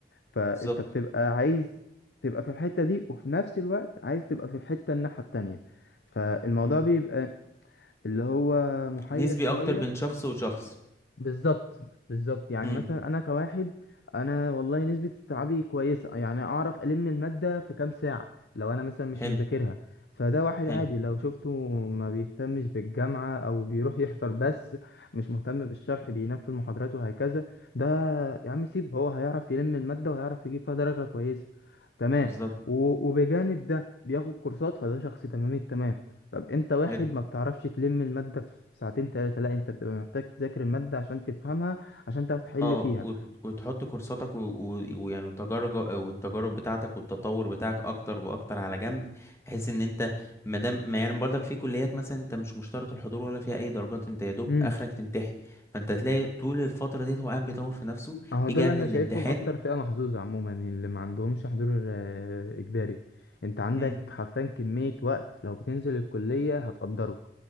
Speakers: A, on the left; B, on the left.
A: فانت
B: بالظبط
A: بتبقى عايز تبقى في الحتة دي وفي نفس الوقت عايز تبقى في الحتة الناحية التانية فالموضوع
B: مم.
A: بيبقى اللي هو محير
B: نسبي
A: شوية
B: اكتر بين شخص وشخص
A: بالظبط بالظبط يعني
B: مم.
A: مثلا انا كواحد انا والله نسبة استيعابي كويسة يعني اعرف الم المادة في كام ساعة لو انا مثلا مش
B: حلو
A: مذاكرها فده واحد
B: حلو
A: عادي لو شفته ما بيهتمش بالجامعة او بيروح يحضر بس مش مهتم بالشرح بينام في المحاضرات وهكذا ده يا عم سيب هو هيعرف يلم المادة وهيعرف يجيب فيها درجة كويسة تمام
B: بالظبط
A: و- وبجانب ده بياخد كورسات فده شخص تمام التمام طب انت واحد
B: حلو
A: ما بتعرفش تلم المادة في ساعتين تلاتة لا انت بتبقى محتاج تذاكر المادة عشان تفهمها عشان تعرف تحل
B: اه
A: فيها
B: وت- وتحط كورساتك و- و- ويعني وتجارب والتجارب بتاعتك والتطور بتاعك اكتر واكتر على جنب بحيث ان انت ما دام ما يعني برضك في كليات مثلا انت مش مشترط الحضور ولا فيها اي درجات انت يا دوب
A: امم
B: اخرك تمتحن فانت تلاقي طول الفتره دي هو قاعد بيطور في نفسه
A: اهو
B: يجي
A: دول
B: قبل
A: انا
B: الامتحان
A: شايفهم اكتر فئة محظوظة عموما اللي ما عندهمش حضور آه، اجباري انت عندك
B: امم
A: حرفيا كمية وقت لو بتنزل الكلية هتقدره